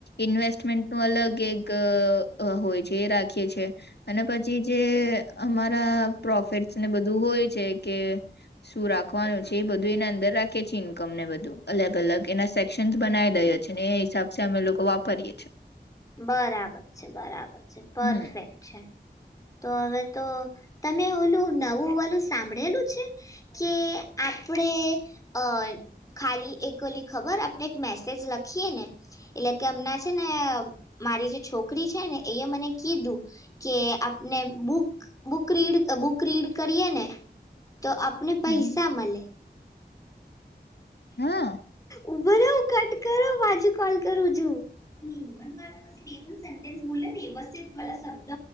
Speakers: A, on the left; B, on the left.
A: ઇન્વેસ્ટમેન્ટ નું અલગ એક હોય છે એ રાખીએ છે અને પછી જે અમારા પ્રોફિટ ને બધ હોય છે કે શું રાખવાનું છે એ બધું એને અંદર રાખે છે ઇન્કમને બધું અલગ અલગ એના સેક્શન. બનાઈ દયો છે ને એ હિસાબે અમે લોકો. વાપરીએ છે
B: બરાબર છે બરાબર છે પરફેક્ટ
A: હમ
B: છે. તો હવે તો તમે ઓલું નવું વાલું સાંભળેલું છે કે આપણેે અ ખાલી એક ઓલી ખબર આપણે એક મેસેજ લખીએ ને એટલે કે અમના છે ને મારી જે છોકરી છે ને એ મને કીધું કે આપને book book read book read કરીએ ને તો આપને પૈસા
A: હમ
B: મળે.
A: હા.
B: ઉભરો કટ કરો બાજુ કોલ કરું જો. <unintelligible> મુલ વ્યવસ્થિત પેલા શબ્દ.